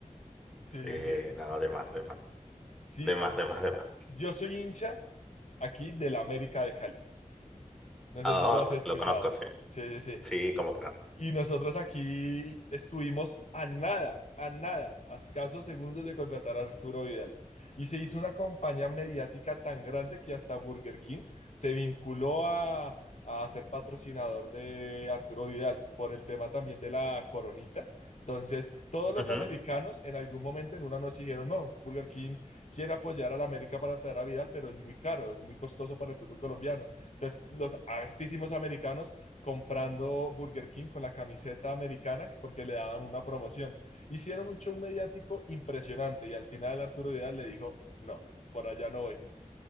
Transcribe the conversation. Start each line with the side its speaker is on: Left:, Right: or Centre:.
Left: Sí,
Centre: Sí,
Left: sí, sí.
Centre: no, de más, de más,
Left: Sí,
Centre: de más, de más, de más.
Left: yo soy hincha aquí del América de Cali. No
Centre: Ah,
Left: sé si lo has
Centre: oh,
Left: escuchado.
Centre: lo conozco, sí.
Left: Sí, sí,
Centre: Sí, cómo
Left: sí.
Centre: que no.
Left: Y nosotros aquí estuvimos a nada, a nada, a escasos segundos de contratar a Arturo Vidal. Y se hizo una campaña mediática tan grande que hasta Burger King se vinculó a, a ser patrocinador de Arturo Vidal por el tema también de la coronita. Entonces, todos los
Centre: Ujú.
Left: americanos en algún momento en una noche dijeron, no, Burger King quiere apoyar a la América para traer a Vidal, pero es muy caro, es muy costoso para el fútbol colombiano. Entonces, los hartísimos americanos comprando Burger King con la camiseta americana porque le daban una promoción. Hicieron un show mediático impresionante y al final Arturo Vidal le dijo, no, por allá no voy.